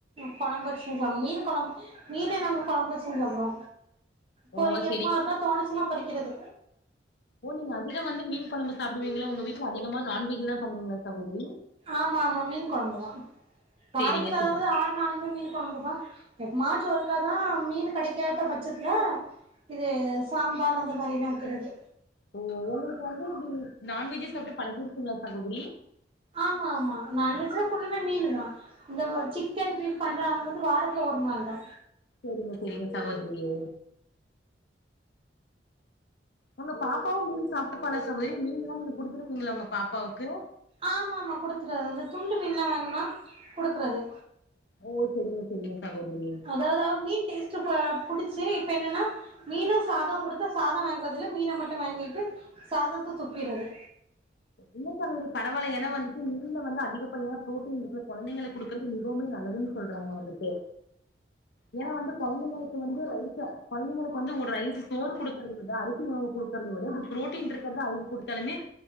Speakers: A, on the right (about 30°); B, on the left (about 65°).
A: கொழம்பு வச்ச மீன் கொழம்ப மீன்ன நாங்க கொழம்பு வச்சிதா சாப்பிடுவோ பொரிங்க
B: ஓ
A: எப்பமா
B: சேரிங்க
A: இருக்கா தோணுச்சுன்னா பறிக்கிறது
B: ஓ நீங்க அதிக வந்து மீன் கொழம்பு சாப்பிடுங்கள உங்க வீட்டுல அதிகமா நான்வஜ் தா பண்ணுவீங்களா சகோதரி
A: ஆமா ஆமா மீன் கொழம்புதா வாரத்துல
B: சேரிங்க சேரிங்க
A: அதாவுது ஆ எந்நாளுமே மீன் கொழம்புதா எப்பமாச்சு ஒருக்காதா மீன் கெடைக்காத பட்சத்துல இது சாம்பார் அந்த மாரி எல்லா வைக்கிறது
B: ஓ உங்களுக்கு வந்து நான்வெஜ்ஜே சாப்டு பழகிருக்கும்ல சகோதரி
A: ஆமா ஆமா நான்வெஜ் னா ஃப்புல்லுமே மீனு தா இந்த சிக்கன் பீஃப் பண்ற அது வந்து வாரத்துல ஒரு நாள் தா
B: செரிங்க செரிங்க சகோதிரியே உங்க பாப்பாவு மீன் சாப்டுப்பாளா சகோதரி மீன் எல்லா நீங்க குடுத்துருக்கீங்களா உங்க பாப்பாவுக்கு
A: ஆமா ஆமா குடுத்துருவே அந்த துண்டு மீன்லா வாங்குனா குடுக்குறது
B: ஓ செரிங்க செரிங்க சாகோதிரியே
A: அதாவது அவ மீன் டேஸ்ட் ப புடிச்சு இப்ப என்னனா மீனு சாதோமு குடுத்தா சாதோ வாங்கறது இல்ல மீன மட்டு வாங்கிட்டு சாதத்த துப்பிட்றது
B: இல்ல சகோதரி பரவால்ல ஏனா வந்துட்டு மீன்ல வந்து அதிகப்படியான ப்ரோட்டீன் இருக்குல குழந்தைங்களுக்கு குடுக்குறது மிகவுமே நல்லதுனு சொல்றாங்க வந்துட்டு ஏ வந்து கொழந்தைகங்ளுக்கு வந்து ரைசா குழந்தைகளுக்கு வந்து ஒரு ரைஸ் சோறு கொடுக்கறத விட அரிசி உணவு கொடுக்கறத விட இப்டி பு்ரோட்டீன் இருக்கறது அவுங் குடுத்தாலுமே